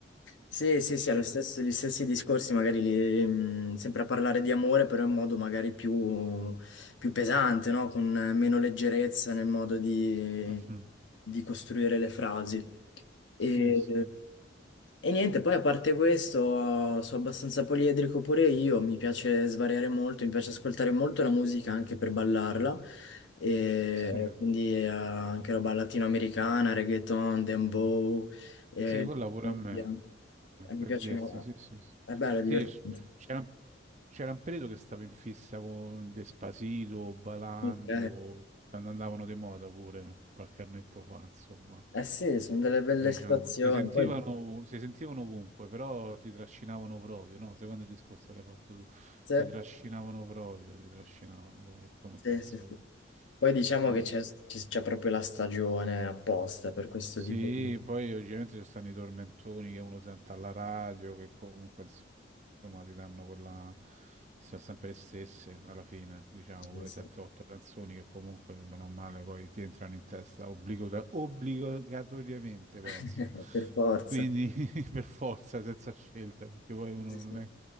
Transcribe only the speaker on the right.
Sì, sì,
eh,
sì, sì.
Mhm.
Sì, sì,
sì,
sì, quella pure
a me,
per
dirsi,
sì, sì.
Sì,
Sì, c- c'era un c'era un periodo che stavo in fissa con Despacito, Balando,
quando andavano di moda pure, qualche annetto fa, insomma.
Mi
piacevano molto. Si sentivano,
si sentivano ovunque, però ti trascinavano proprio, no? Secondo il discorso che hai fatto tu,
ti trascinavano proprio, ti trascinavano come, come
canzone.
Mm.
Sì,
poi ovviamente ci stanno i tormentoni che uno sente alla radio, che comunque insomma, ti danno quella... Sono sempre le stesse alla fine, diciamo, quelle
7-8 canzoni che comunque, bene o male, poi ti entrano in testa obbligata- obbligatoriamente, penso.
Quindi <laughs> per forza, senza scelta, perché poi uno
non
è,